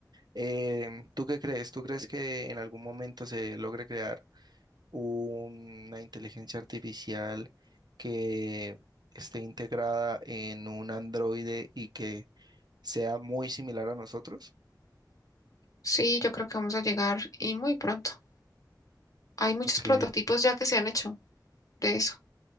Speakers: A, on the right; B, on the left.
A: Em, ¿tú qué crees? ¿Tú crees que en algún momento se logre crear una inteligencia artificial que esté integrada en un androide y que sea muy similar a nosotros.
B: Sí, yo creo que vamos a llegar y muy pronto. Hay muchos
A: Ok,
B: prototipos ya que se han hecho de eso.